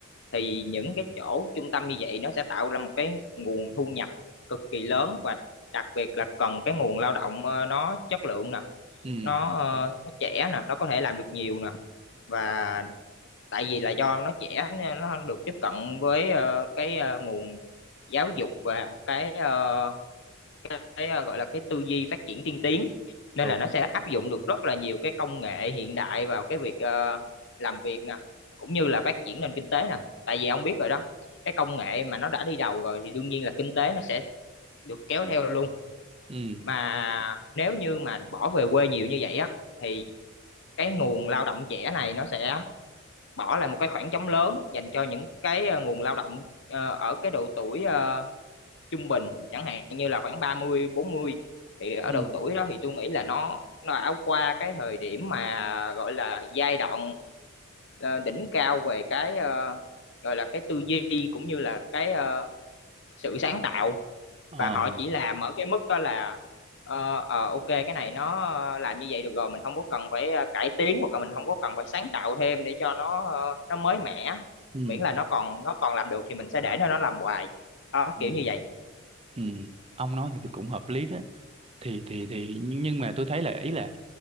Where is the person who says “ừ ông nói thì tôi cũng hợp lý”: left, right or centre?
Right